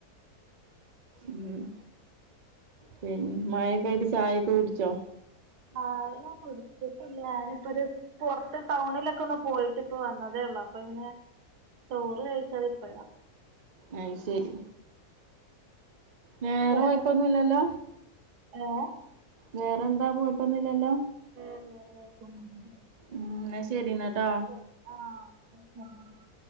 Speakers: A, on the right; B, on the right.
A: ഉം പിന്നെ മഴൊക്കെ ആട്ട് ചായൊക്കെ കുടിച്ചോ
B: ആഹ് ഞൻ കൊടുത്തിട്ടില്ല ഞാനിപ്പൊ ഒരു പുൊറത്ത് ടൗണിലൊക്കെ ഒന്ന് പോയിട്ട് ഇപ്പ വന്നതേ ഉള്ളൂ അപ്പൊ ങ്ങനെ ചോറ് കയ്ച്ചത് ഇപ്പഴാ
A: അഹ് ശരി വേറെ
B: ഇതിലൊക്കെ
A: കൊയപ്പൊന്നുംല്ലല്ലോ
B: ഒന്ന് പോവണ്ട ഏഹ്
A: വേറെന്താ പോയിട്ടന്നില്ലല്ലോ
B: ഏഹ് വേറെ
A: ഉം
B: വേറെകൊയപ്പൊന്നുല്ല
A: ന്നാ ശരി ന്നാ ട്ടോ
B: ആഹ് <unintelligible>